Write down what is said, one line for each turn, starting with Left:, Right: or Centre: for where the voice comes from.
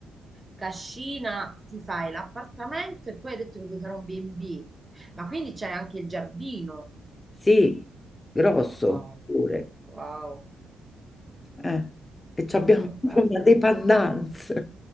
Right: cascina ti fai l'appartamento e poi hai detto che vuoi fare un B&B, ma quindi c'è anche il giardino.
Left: sì, grosso
Right: Wow,
Left: pure.
Right: wow,
Left: eh. E ci abbiamo
Right: Mm,
Left: <laughs> pure
Right: bello.
Left: una dependenza.